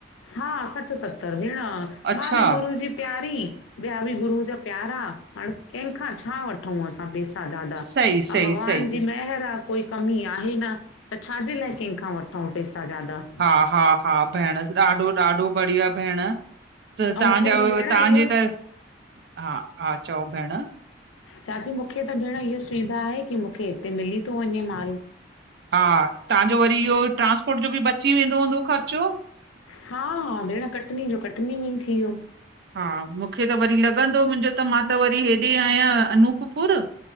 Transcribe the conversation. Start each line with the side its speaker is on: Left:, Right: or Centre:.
Left: हां सठ-सत्तर भेण
Right: अच्छा
Left: मां बि गुरू जी प्यारी ॿया बि गुरूअ जा प्यारा, हाणे कंहेखां छा वठू असां पेस सा ज़ादा,
Right: सही सही
Left: अउ भगवान
Right: सही
Left: जी महेर आ कोई कमी आहे न। त छाजे लाय केंखा वठूं पैसा ज़्यादा।
Right: हा-हा भेणस! ॾाढो-ॾाढो बढ़िया भेण। त
Left: ऐं
Right: तहांजा
Left: मूंखे
Right: अव
Left: बि भेण
Right: तहांजे
Left: इहो
Right: त, हा-हा चओ भेण!
Left: चा थी मूखे त भेण इह सुविधा आहे की मूखे हिते मिली थो वञे माल।
Right: हा! तहांजो वरी इओ ट्रांस्पोर्ट जो बि बची वेंदो हूंदो ख़र्चो।
Left: हा‌ं-हां भेण कटनी जो कटनी में ई थी वियो।
Right: हा मूंखे त वरी लग़दो मुहिंजो त, मां त वरी हेॾे आयां अनूपपुर।